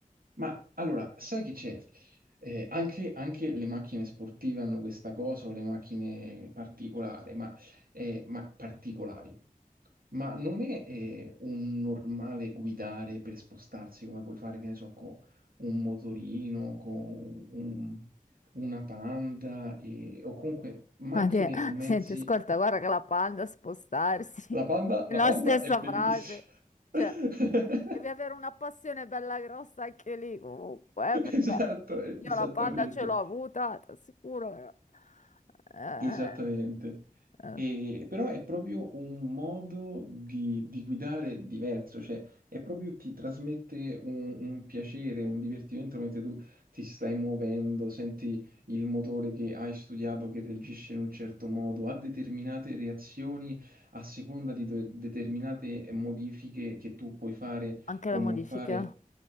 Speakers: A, on the right; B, on the left.
A: Ma allora, sai che c'è? Eh, anche, anche le macchine sportive hanno questa cosa, o le macchine particolari, ma, eh, ma particolari. Ma non è eh, un normale guidare per spostarsi come puoi fare, che ne so, con un motorino, con un- una Panda e- o comunque macchine
B: Ma te,
A: o mezzi.
B: senti, ascolta, guarda che la panda a spostarsi.
A: La Panda,
B: <laughs>
A: la
B: La
A: Panda
B: stessa
A: è bellissima.
B: frase. Cioè,
A: <laughs>
B: devi avere una passione bella grossa anche lì, comunque, eh, perché
A: Esatto, eh,
B: io
A: esattamente.
B: la panda ce l'ho avuta, ti assicuro. Eh,
A: Esattamente.
B: eh.
A: E- però è proprio un modo di, di guidare diverso, cioè è proprio ti trasmette un, un piacere, un divertimento mentre tu ti stai muovendo, senti il motore che hai studiato che reagisce in un certo modo, ha determinate reazioni a seconda di de- determinate eh, modifiche che tu puoi fare
B: Anche
A: o
B: le modifiche,
A: non fare.